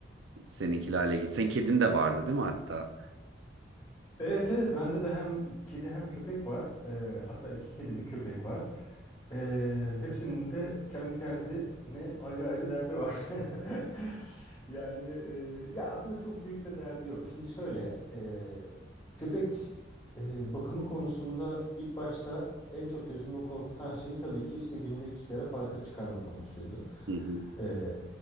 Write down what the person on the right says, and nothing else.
seninkilerle ilgili. Senin kedin de vardı değil mi hatta?
Hı hı.